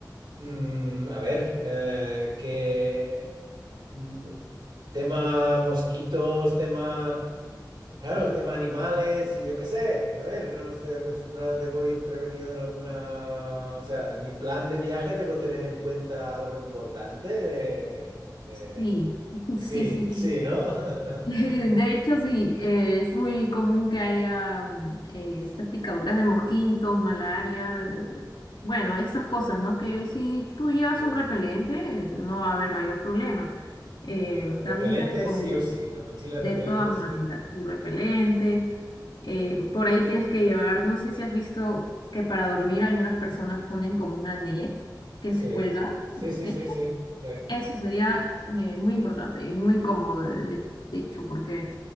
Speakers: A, on the right; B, on the left.
A: Mm, a ver, eh, qué mm, tema mosquitos, tema. Claro,
B: Sí,
A: tema animales, yo qué sé, a ver, no estoy acostumbrado, debo ir prevenido en alguna, o sea, en mi plan de viaje debo tener en cuenta algo importante de, de-
B: sí, <laughs>
A: Sí,
B: sí, sí,
A: sí,
B: sí.
A: ¿no?
B: <laughs> De
A: <laughs>
B: hecho, sí, eh, es muy común que haya mm, eh, estas picaduras de mosquitos, malaria, eh, bueno, estas cosas, ¿no? Que si tú llevas
A: Yeah,
B: un repelente, eh, no va a haber mayor problema. Eh,
A: vale. Repelente
B: también te recomendé,
A: sí o sí, la mochila
B: de
A: repelente
B: todas
A: sí.
B: maneras, un repelente. Eh, por ahí tienes que llevar, no sé si has visto que para dormir algunas personas ponen como una net que
A: Sí,
B: se cuelga
A: sí,
B: del
A: sí,
B: techo.
A: sí, sí, sí.
B: Eso sería eh, muy importante y muy cómodo, de, de- de hecho, porque